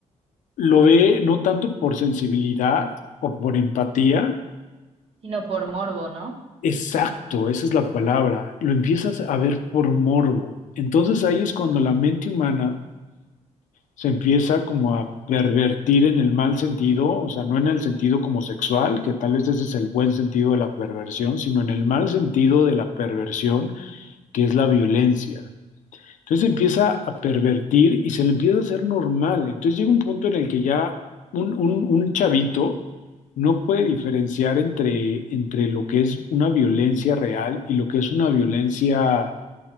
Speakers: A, on the left (about 80°); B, on the right (about 50°).
A: lo ve no tanto por sensibilidad o por empatía,
B: sino por morbo, ¿no?
A: exacto, esa es la palabra, lo empiezas a ver por morbo. Entonces ahí es cuando la mente humana se empieza como a pervertir en el mal sentido, o sea, no en el sentido como sexual, que tal vez ese es el buen sentido de la perversión, sino en el mal sentido de la perversión, que es la violencia. Entonces empieza a pervertir y se le empieza a hacer normal. Entonces llega un punto en el que ya un, un- un chavito no puede diferenciar entre, entre lo que es una violencia real y lo que es una violencia